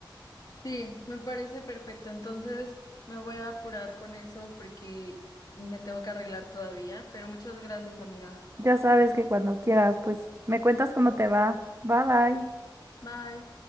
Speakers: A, on the left (about 50°); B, on the right (about 35°).
A: Sí, me parece perfecto. Entonces, me voy a apurar con eso porque me tengo que arreglar todavía, pero muchas gracias, amiga.
B: Ya sabes que cuando quieras, pues me cuentas cómo te va. Bye bye.
A: Bye.